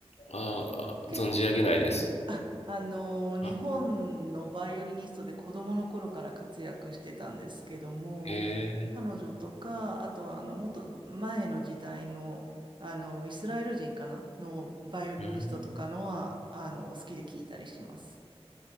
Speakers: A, on the left; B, on the right.
A: ああ、
B: 結構
A: 存じ上げないです。
B: あ、あのー日本のバイオリニストで子供の頃から活躍してたんですけども、
A: あ、へえ、
B: 彼女とか、あとはあの、もっと前の時代の、あの、イスラエル人かなのバイオリニストとかのは、
A: うん。
B: あの、好きで聞いたりします。